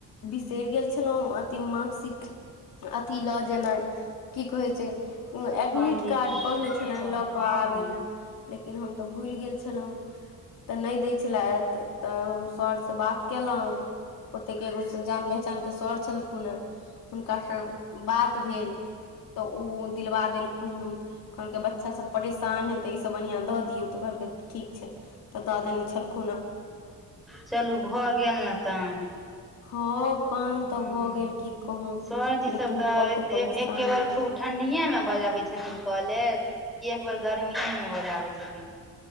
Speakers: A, on the left (about 80°); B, in the centre.
A: बिसरि गेल छलहुँ अथी मार्कशीट अथी लऽ जेनाय की कहै छै उ एडमिट
B: पणजी
A: कार्ड
B: के
A: कहने छलैनि
B: अच्छा
A: लऽ आबे
B: हँ हँ
A: ला लेकिन हम तऽ भूल गेल छ हुं तऽ नहि दै छलथि तऽ हम सर से बात केलहुँ ओते के एगो जान पहचान के सर छलखुन हे हुनका सँ बात भेल तऽ ओ दिलवा देलवाखुन कहलकै बच्चा सब परेशान हेतै से ओनहिओ दऽ दियौ त कहल कै ठिक छै दऽ देने छेलखुन
B: चलू भऽ गेल ने काम
A: हँ काम
B: हुँ
A: तऽ भऽ गेल की कहू
B: सरजी सब
A: लेकिन
B: तऽ
A: बड्ड
B: एतेक
A: परेशानी
B: एके बेर खूब ठण्डीए मे बजाबै छथिन कॉलेज कि एकबर गर्मिए मे बजाबै छथीन